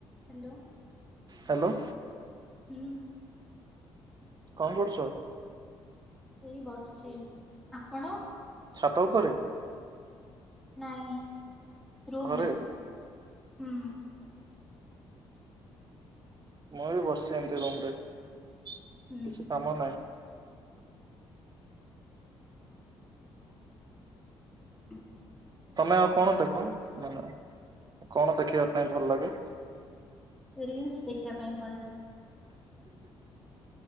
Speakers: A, in the centre; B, on the right (about 30°).
A: Hello.
B: Hello.
A: ହୁଁ
B: କଣ କରୁଚ?
A: ଏଇ ବସିଚି ଆପଣ?
B: ଛାତ ଉପରେ?
A: ନାଇଁ ରୁମୁରେ
B: ଘରେ
A: ହୁଁ।
B: ମୁଁବି ବସିଛି ଏମିତି ରୁମ୍ ରେ କିଛି
A: ହୁଁ।
B: କାମ ନାହିଁ।
A: <inaudible>
B: ତମେ ଆଉ କଣ ଦେଖ ମାନେ କଣ ଦେଖିବା ପାଇଁ ଭଲ ଲାଗେ?
A: ରିଲିସ୍ ଦେଖିବା ପାଇଁ ଭଲ ଲାଗେ।